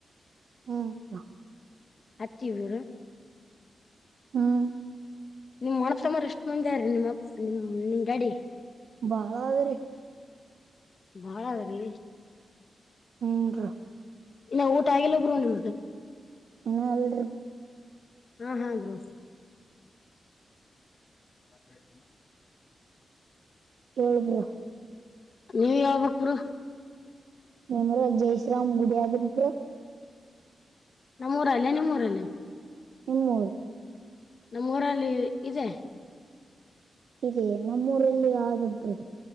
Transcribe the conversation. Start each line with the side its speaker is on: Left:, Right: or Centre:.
Left: ಹ
Right: ಹ್ಮ್ ಬ್ರೋ
Left: ಹತ್ತಿವರು
Right: ಹ್ಮ್
Left: ನಿಮ್ ಅಣ್ಣ ತಮ್ಮಂದ್ರು ಎಷ್ಟು ಮುಂದ್ರೀ ನಿಮ್ಮ ನಿಮ್ ಡ್ಯಾಡಿ
Right: ಬಾಳ ಅದಿರಿ
Left: ಬಾಳದ್ರೀ
Right: ಹ್ಮ
Left: ಇನ್ನು ಊಟ ಆಗಲ್ಲ ಒಬ್ರು ನಿಮ್ದೆ
Right: ಇನ್ನ ಇಲ್ಲ
Left: ಹಾ ಹಾ ಬ್ರೋ ಬತ್ರ ಮಸ್ತ
Right: ಹೇಳ್ ಬ್ರೋ
Left: ನೀವ ಯಾಗಕ್ ಪುರ
Right: ನಿಮ್ರ ಜೈ ಶ್ರೀರಾಮ್ ಗುಡಿಯಾದ್ರ ಪ್ರಿಯ
Left: ನಮ್ಮ್ಊರಲ್ಲೇ ನಿಮ್ಮೂಊರಲ್ಲೇ
Right: ನಿಮ್ಮೂರು
Left: ನಮ್ಮ ಊರಲ್ಲಿ ಇದೆ
Right: ಇದೆಯ ನಮ್ಮೂರಲ್ಲಿ ಆದಬರು